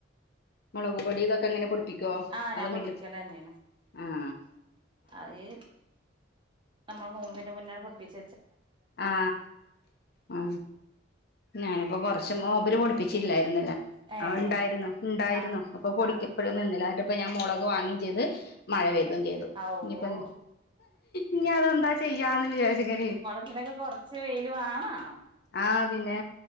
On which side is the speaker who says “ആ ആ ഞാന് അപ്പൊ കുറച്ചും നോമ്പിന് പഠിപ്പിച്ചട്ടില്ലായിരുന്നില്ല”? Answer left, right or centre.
Left